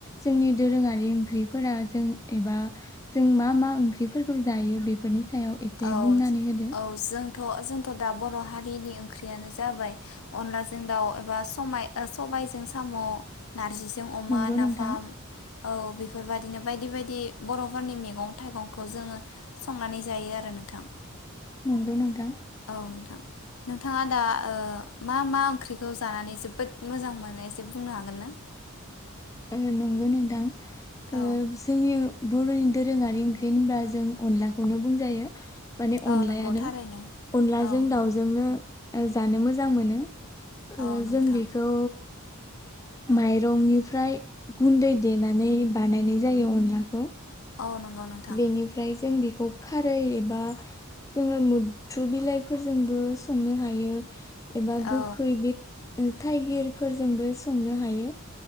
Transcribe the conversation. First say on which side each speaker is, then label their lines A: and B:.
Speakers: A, on the left; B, on the left.
A: जोंनि दोरोङारि ओंख्रिफोरा जों एबा जों मा मा ओंख्रिफोरखौ जायो बेफोरनि सायाव एसे
B: औ
A: बुंनानै होदो
B: औ जोंथ' जोंथ' दा बर' हारिनि ओंख्रियानो जाबाय अनलाजों दाउ एबा सबाय सबायजों साम' नारजिजों अमा
A: नंगौ नोंथां
B: नाफाम औ बेफोरबायदिनो बायदि बायदि बर'फोरनि मैगं थाइगंखौ खौ जोङो संनानै जायो आरो <unintelligible> नोंथां
A: नंगौ नोंथां
B: औ नोंथां नोंथाङा दा मा मा ओंख्रिखौ जानानै जोबोद मोजां मोनोसे बुंनो हागोन ना?
A: औ नंगौ नोंथां ओ
B: औ
A: जोंनि बर'नि दोरोङारि ओंख्रि होनब्ला जों अनलाखौनो बुंजायो। माने
B: औ
A: अनलायानो
B: नंगौ थारैनो
A: अनलाजों
B: औ
A: दाउजोंनो जानो मोजां मोनो ओ
B: औ नोंथां
A: जों बेखौ माइरंनिफ्राय गुन्दै देनानै बानायनाय जायो अनलाखौ
B: औ नंगौ नोंथां
A: बेनिफ्राय जों बेखौ खारै एबा जोङो मुद्रु बिलाइफोरजोंबो संनो हायो। एबा गोखै
B: औ
A: बिद उम थाइगिरफोरजोंबो संनो हायो।